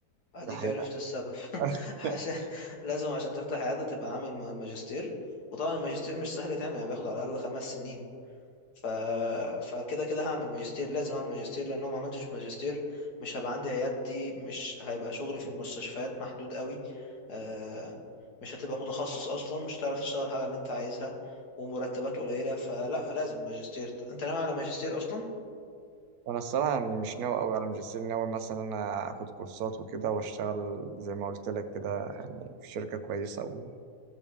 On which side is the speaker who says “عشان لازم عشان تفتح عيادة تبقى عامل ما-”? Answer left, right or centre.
Left